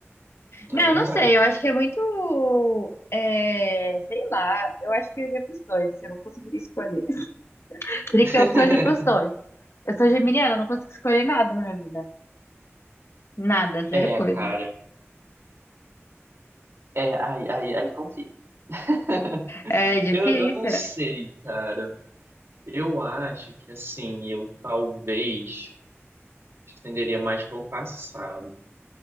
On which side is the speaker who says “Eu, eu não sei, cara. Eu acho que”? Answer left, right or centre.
Right